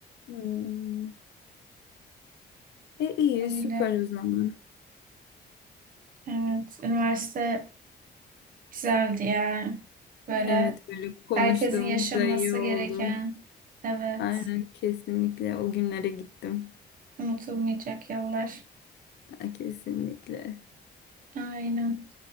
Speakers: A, on the left; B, on the right.
A: Hmm. E iyi
B: Öyle.
A: süper o zaman.
B: Evet. Üniversite güzeldi ya. Böyle
A: Evet böyle konuştuğumuz
B: Herkesin yaşaması
A: da iyi oldu.
B: gereken, evet,
A: Aynen kesinlikle o günlere gittim.
B: unutulmayacak yıllar.
A: Ha, Kesinlikle.
B: Aynen.